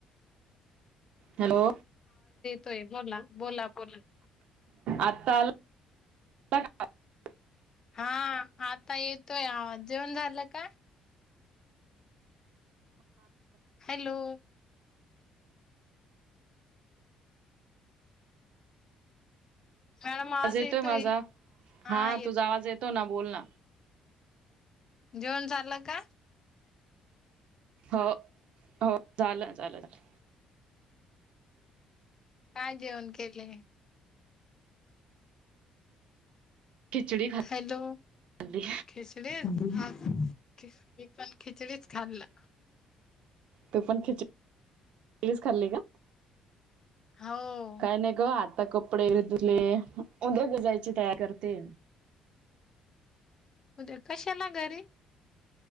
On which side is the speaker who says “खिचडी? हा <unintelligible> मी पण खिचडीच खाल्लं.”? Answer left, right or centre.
Left